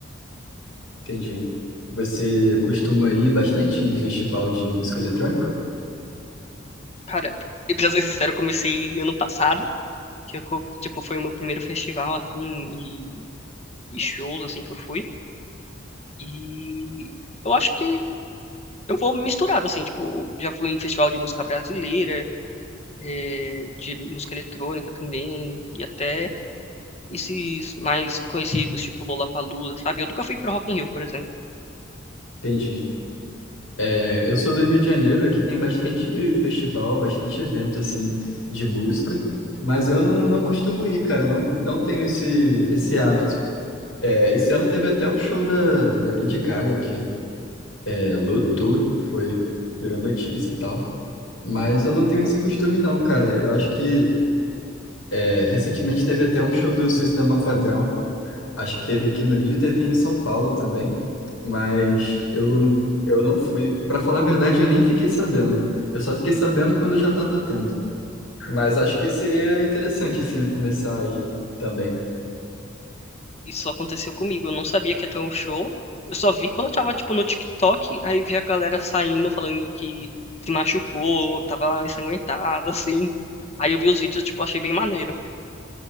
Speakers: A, on the left; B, on the left.
A: entendi. Você costuma ir bastante em festival de música eletrônica?
B: Cara, <laughs> e pra ser sincero, eu comecei ano passado, que eu, co- tipo, foi o meu primeiro festival, assim, e, e shows, assim, que eu fui. E eu acho que eu vou misturado, assim, tipo, já fui em festival de música brasileira, eh, de música eletrônica também, e até esses mais conhecidos, tipo Lollapalooza, sabe? Eu nunca fui pra Rock in Rio, por exemplo.
A: Entendi. É, eu sou do Rio de Janeiro, aqui tem bastante festival, bastante evento assim de música, mas eu não, não costumo ir, cara, não, não tenho esse, esse hábito. É, esse ano teve até o show da, da Lady Gaga aqui, é, lotou, foi virou notícia e tal, mas eu não tenho esse costume não, cara. Eu acho que é, recentemente teve até um show do System of a Down, Acho que teve aqui no Rio, teve em São Paulo também, mas eu, eu não fui. Para falar a verdade, eu nem fiquei sabendo. Eu só fiquei sabendo quando já estava tendo. Mas acho que seria interessante, assim, começar aí também.
B: isso aconteceu comigo. Eu não sabia que ia ter um show. Eu só vi quando eu tava, tipo, no TikTok, aí vi a galera saindo, falando que se machucou, tava ensanguentada, assim. Aí eu vi os vídeos, tipo, achei bem maneiro.